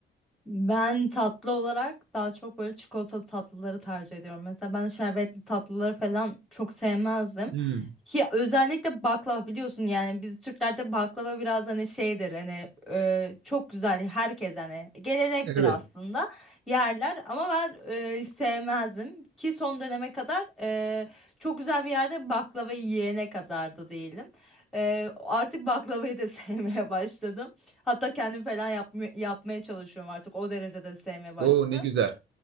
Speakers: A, in the centre; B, on the right.
A: Ben tatlı olarak daha çok böyle çikolatalı tatlıları tercih ediyorum. Mesela ben şerbetli tatlıları falan çok sevmezdim.
B: Hmm,
A: Ki özellikle baklava biliyorsun yani biz Türklerde baklava biraz hani şeydir hani e, çok güzel herkes hani gelenektir
B: evet.
A: aslında yerler ama ben e, sevmezdim ki son döneme kadar e, çok güzel bir yerde baklava yiyene kadar da değilim. E, artık baklavayı da <laughs> sevmeye başladım. Hatta kendim falan yapma- yapmaya çalışıyorum artık. O derecede sevmeye başladım.
B: Oo ne güzel.